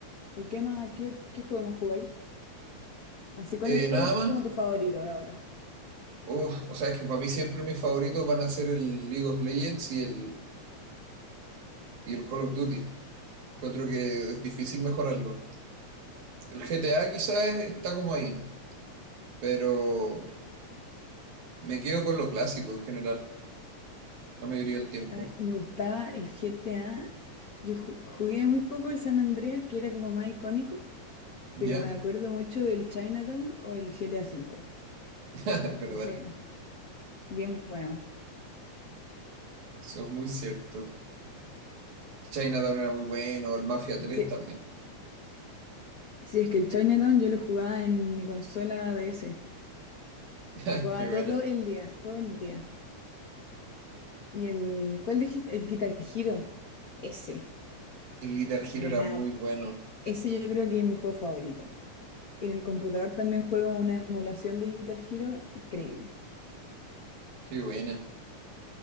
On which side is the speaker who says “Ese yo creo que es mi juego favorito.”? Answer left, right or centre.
Left